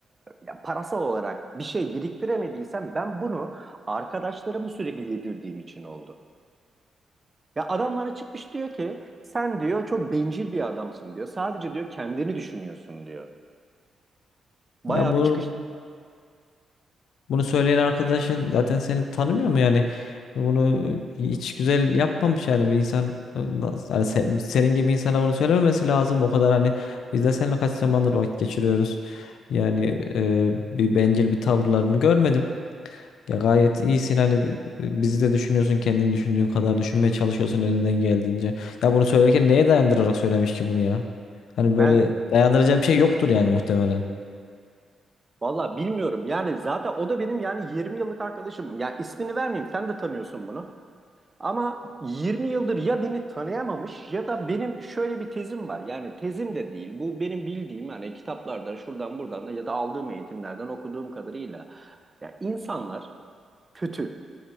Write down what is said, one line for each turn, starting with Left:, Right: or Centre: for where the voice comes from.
Right: ya parasal olarak bir şey biriktiremediysem ben bunu arkadaşlarımı sürekli yedirdiğim için oldu. Ya adam bana çıkmış diyor ki sen diyor çok bencil bir adamsın diyor. Sadece diyor kendini düşünüyorsun diyor. Bayağı
Left: Ya bunu
Right: bir çıkış
Left: bunu söyleyen arkadaşın zaten seni tanımıyor mu yani? Bunu hiç güzel yapmamış yani bir insan nasıl- yani sen- senin gibi insana bunu söylememesi lazım. O kadar hani biz de seninle kaç zamandır vakit geçiriyoruz. Yani e, bir bencil bir tavırlarını görmedim. Ya gayet iyisin hani bi- bizi de düşünüyorsun kendini düşündüğün kadar düşünmeye çalışıyorsun elinden geldiğince. Ya bunu söylerken neye dayandırarak söylemiş ki bunu ya? Hani
Right: ben
Left: böyle dayandıracağı bir şey yoktur yani muhtemelen.
Right: valla bilmiyorum yani zaten o da benim yani 20 yıllık arkadaşım. Ya ismini vermeyeyim sen de tanıyorsun bunu. Ama 20 yıldır ya beni tanıyamamış ya da benim şöyle bir tezim var. Yani tezim de değil. Bu benim bildiğim hani kitaplardan şuradan buradan da ya da aldığım eğitimlerden okuduğum kadarıyla. Ya insanlar kötü.